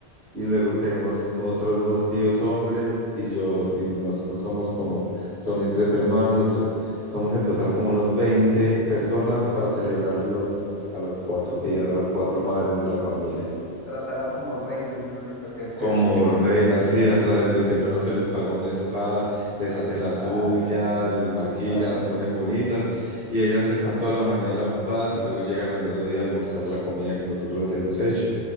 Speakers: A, on the right; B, on the right.
A: Y luego tenemos otros dos tíos hombres y yo, y nosotros somos como, son mis tres hermanos, los tres, somos en total como unos 20 personas para celebrarle los, a las cuatro tías, a las cuatro madres de la familia.
B: tratarlas como reinas, mejor dicho, qué chévere.
A: Como
B: <laughs>
A: reinas, sí, hasta desde temprano se les paga un spa, les hacen las
B: Ah,
A: uñas, les
B: pucha.
A: maquillan, las ponen bonitas y ellas están toda la mañana ocupadas y luego llegan al mediodía a almorzar la comida que nosotros les hemos hecho